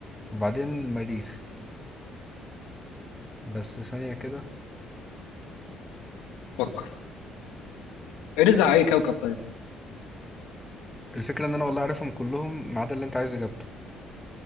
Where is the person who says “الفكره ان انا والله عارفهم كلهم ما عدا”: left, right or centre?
Centre